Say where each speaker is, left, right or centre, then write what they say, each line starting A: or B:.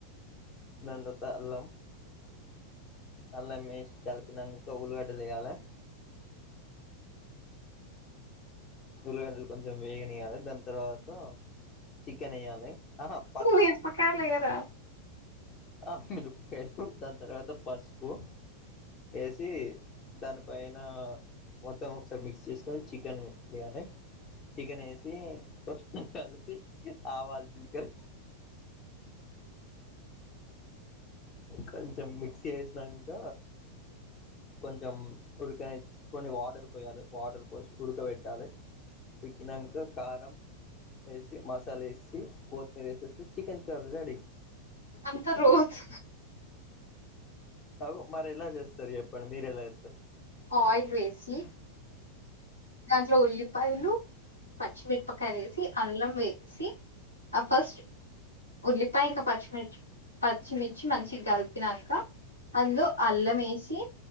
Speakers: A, on the left; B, on the left.
A: <unintelligible> అలా మేసి కల్పినంక ఉలిగడ్డ తెయాలి ఉల్లిగడ్డలు కొంచెం వేగనియ్యాలి దాని తర్వాత చికెన్ ఎయ్యాలే ఆహా ప
B: మిరపకాయలు వేయరా
A: ఆ మీరు దాని తర్వాత పసుపు వేసి దానిపైన మొత్తం ఒకసారి మిక్స్ చేసుకొని చికెన్ ఏయాలే చికెన్ వేసి పసుపు కలిపి ఆవాలు జీలకర కొంచెం మిక్సు చేసినాక కొంచెం ఉడకని కొన్ని వాటర్ పోయాలి వాటర్ పో ఉడకబెట్టాలే ఉడికినంక కారం వేసి మసాలా వేసి కొత్తిమీర వేసేసి చికెన్ కర్రీ రెడి
B: అంత రోజు
A: <unintelligible> మారి ఎలా చేస్తారు చెప్పండి మీరు ఎలా చేతరు
B: ఆయిల్ వేసి దాంట్లో ఉల్లిపాయలు పచ్చిమిరపకాయ వేసి అల్లం వేసి ఆ ఫస్ట్ ఉల్లిపాయ ఇంకా పచ్చిమిర్చి పచ్చిమిర్చి మంచిగా కలిపినంక అందులో అల్లం వేసి